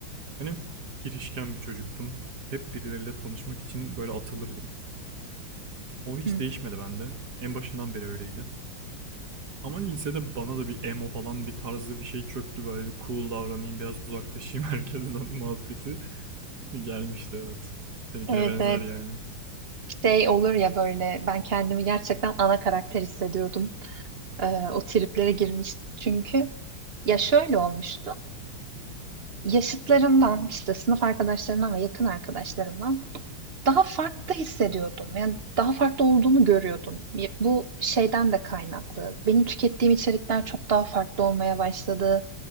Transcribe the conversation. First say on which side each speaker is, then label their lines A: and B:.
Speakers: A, on the right; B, on the right.
A: Ben hep girişken bir çocuktum. Hep birileriyle tanışmak için böyle atılırdım. O hiç
B: hı.
A: değişmedi bende. En başından beri öyleydi. Ama lisede bana da bir emo falan bir tarzı bir şey çöktü. Böyle bir cool davranayım, biraz uzaklaşayım herkesten muhabbeti. <laughs> Gelmişti evet. Seninkine
B: Evet
A: benzer
B: evet.
A: yani.
B: Şey olur ya böyle ben kendimi gerçekten ana karakter hissediyordum. Ee, o triplere girmiştim. Çünkü ya şöyle olmuştu. yaşıtlarımdan işte sınıf arkadaşlarımdan ve yakın arkadaşlarımdan daha farklı hissediyordum. Yani daha farklı olduğumu görüyordum. Ya- Bu şeyden de kaynaklı. Benim tükettiğim içerikler çok daha farklı olmaya başladı.